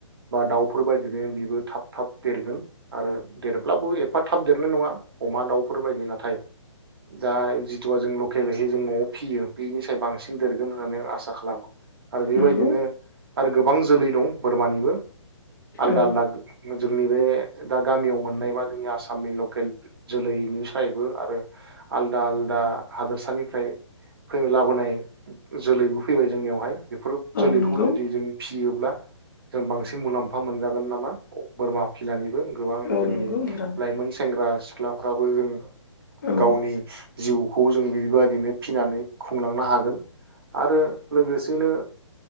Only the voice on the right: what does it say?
बा दाउ <inaudible> बेफोरबादिनो बेबो थाब थाब देरगोन आरो देरब्लाबो एफा थाब देरनाय नङा अमा दाउफोर बाय नाथाय दा जेथु लकेलयै न'वाव फिसियो बिनि साय बांसिन देरगोन होननानै आं आसा खालामो आरो बेबायदिनो
आरो गोबां जोलै दं <unintelligible> बोरमानिबो आलदा
आलदा जोंनि बे <unintelligible> दा गामियाव मोननायबा जोंनि आसामनि लकेल जोलैनिफ्रायबो आरो आलदा आलदा हादोरसानिफ्राय लाबोनाय जोलैबो फैबाय जोंनियावहाय बेफोर जोलैखौ
जुदि जों फ <inaudible> फियोब्ला जों बांसिन मुलाम्फा <unintelligible> मफा मोनजागोन नामा <unintelligible> बोरमा फिसिनानैबो गोबां
जोंनि
लाइमोन सेंग्रा <inaudible> सिख्लाफ्राबो जों
गावनि जिउ खौ जों बेबायदिनो फिसिनानै खुंलांनो हागोन आरो लोगोसेनो